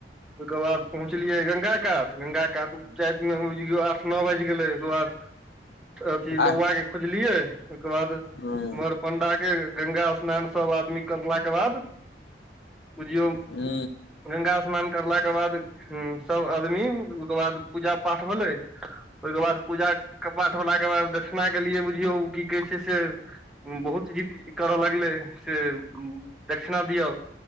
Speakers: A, in the centre; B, on the left (about 65°).
A: ओके बाद पहुँचलियै गंगा कात गंगा क जयेतमे बुझियो आठ नओ बैज गेल ओहिके बाद अथी
B: आ
A: लौआ के खोजलियै ओके बाद
B: हँ
A: उम्हर पण्डा के गङंगा स्नान सब आदमी करलाक के बाद बुझियौ
B: हू
A: गंगा स्नान करलाके बाद सब आदमी ओकर बाद पूजा पाठ भेलै ओहिके बाद पूजा पाठ होलाके बाद दक्षिणा के लिए बुझियौ की कहै छै से बहुत जिद करऽ लगलै से दक्षिणा दिअ